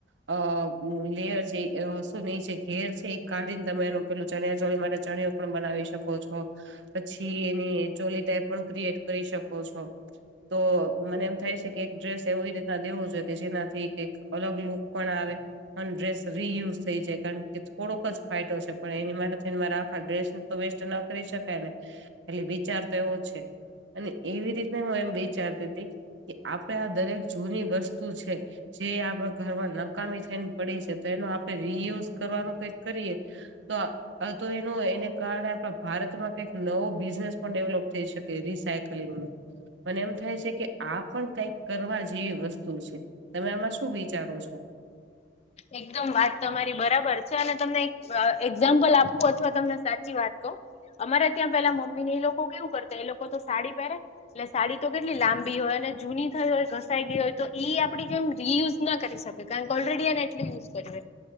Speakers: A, on the right; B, on the left.
A: અ લેયર છે એ શું નહી છે ઘેર છે એ કાઢીને તમે એનો પેલું ચણિયા ચોડી માટે ચણિયો પણ બનાવી શકો છો, પછી એની ચોલી ટાઈપ પણ ક્રિએટ કરી શકો છો. તો મને એમ થાય છે કે એક ડ્રેસ એવી રીતના દેવો જોઈએ કે જેનાથી અલગ લુક પણ આવે. પણ ડ્રેસ રિયુઝ થઈ જાય. કારણ કે થોડોક જ ફાયટો છે પણ એની માટે થઈને મારા આખા ડ્રેસ વેસ્ટ ના કરી શકાય ને. એટલે વિચાર તો એવો છે. અને એવી રીતના હું એમ વીચારતી તી કે આપે આ દરેક જૂની વસ્તુ છે. જે આપડે ઘરમાં નકામી થઈને પડી છે તો એનો આપડે રિયુઝ કરવાનું કઈ કરીએ તો અતો એનું એને કારણે આપણા ભારતમાં કઈક નવો બિઝનેસ પણ ડેવલોપ થઈ શકે રીસાયકલિંગનો. મને એમ થાય છે કે આ પણ કઈક કરવા જેવી વસ્તુ છે. તમે આમાં શું વિચારો છો?
B: એકદમ વાત તમારી બરાબર છે. અને તમને એક એક્ઝામ્પલ આપવું અથવા તમને સાચી વાત કહું. અમારે ત્યાં પેલા મમ્મી ને એ લોકો કેવું કરતા એ લોકો તો સાડી પહેરે. એટલે સાડી તો કેટલી લાંબી હોય અને જૂની થઈ હોય ઘસાઈ ગઈ હોય તો ઇ આપડી જેમ રિયુઝ ના કરી શકે કારણ કે ઓલરેડી એને એટલી યુઝ કરી હોય.